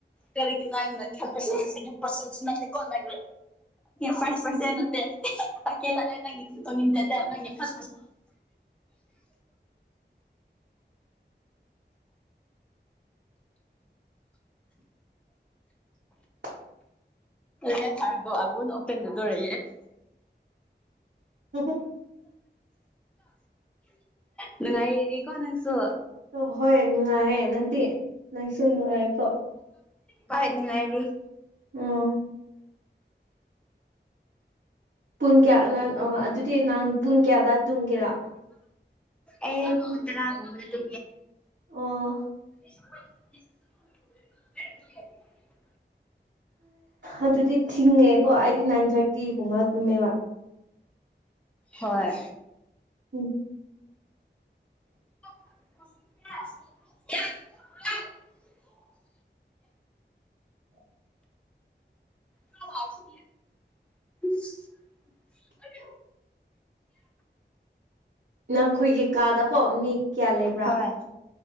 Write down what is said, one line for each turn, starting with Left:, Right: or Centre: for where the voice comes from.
Centre: ꯀꯔꯤꯒꯤ ꯅ ꯏ ꯈꯁꯦ ꯄꯁꯦ ꯀꯣꯟꯦ ꯐ ꯐꯁꯅꯦ ꯑ ꯀꯦꯂ ꯅꯪ ꯇꯣ ꯃꯤꯇꯗꯦ ꯐ
Right: <inaudible> <inaudible> <inaudible> <inaudible>
Centre: ꯍ ꯊꯔꯗ ꯑꯒꯟ ꯑꯣꯇꯦꯟꯗꯨꯗꯧꯔꯦ
Right: ꯍ ꯍꯣ
Centre: ꯅꯨꯡꯉꯥꯏꯔꯤꯀꯣ ꯅꯪꯁꯨ
Right: ꯑꯣ ꯍꯣꯏ ꯅꯨꯡꯉꯥꯏꯔꯦ ꯅꯪꯗꯤ ꯅꯪꯁꯨ ꯅꯨꯡꯉꯥꯏꯔꯦꯀꯣ
Centre: ꯍ ꯅꯨꯡꯉꯥꯏꯔꯤ
Right: ꯑ ꯄꯨꯡ ꯀꯌꯥ ꯅ ꯑꯗꯨꯗꯤ ꯅꯍꯪ ꯄꯨꯡ ꯀꯌꯥꯗ ꯇꯨꯡꯒꯦꯔꯥ
Centre: ꯑꯦ ꯀꯗꯔꯥꯒꯨꯝꯗ ꯇꯦ
Right: ꯑꯣ
Centre: <inaudible> <inaudible>
Right: ꯑꯗꯨꯗꯤ ꯊꯤꯡꯉꯦꯀꯣ ꯑꯩꯗꯤ ꯅꯥꯏꯟ ꯊꯥꯔꯇꯤ ꯊꯒꯃ ꯇꯨꯃꯦ
Centre: ꯍꯣꯏ
Right: ꯎꯝ
Centre: <inaudible> <inaudible> <inaudible>
Right: <inaudible> <inaudible>
Centre: <inaudible> <inaudible> <inaudible>
Right: ꯎ ꯅꯈꯣꯏꯒꯤ ꯀꯥꯗꯀꯣ ꯃꯤ ꯀꯌꯥ ꯂꯩꯕ꯭ꯔꯥ
Centre: ꯍꯣꯏ